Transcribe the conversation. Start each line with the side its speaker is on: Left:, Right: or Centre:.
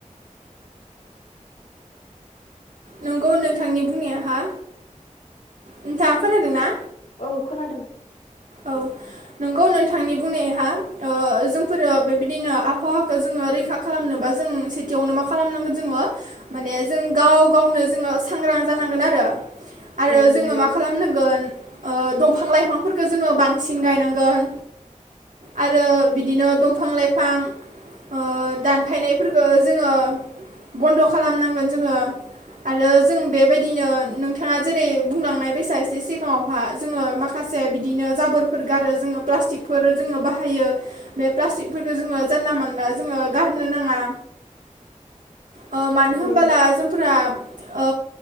Right: नंगौ नोंथांनि बुंनाया हा नोंथा खोनादों ना?
Left: औ खोनादों।
Right: औ नंगौ नोंथांनि बुंनायहा ओ जोंफोरो बेबायदिनो आबहावाखौ जोङो रैखा खालामनोबा जों सेथियावनो मा खालामनांगोन जोङो माने जों गाव गावनो जोङो सांग्रां जानांगोन आरो। आरो
Left: औ
Right: जोङो
Left: नंगौ
Right: मा खालामनांगोन ओ दंफां लाइफांफोरखौ खो जोङो बांसिन गायनांगोन आरो बिदिनो दंफां लाइफां ओ दानफायनायफोरखौ जोङो बन्द' खालामनांगोन जोङो आरो जों बेबायदिनो नोंथाङा जेरै बुंलांनाय बैसा एसे सिगाङावहा जोङो माखासे थिनो जाबोरफोर गारो जोङो प्लासटिकफोर बाहायो बे प्लासटिकफोरखौ जानला मोनला जोङो गारनो नाङा। ओ मानो होनबोला
Left: औ
Right: जोंफोरा ओ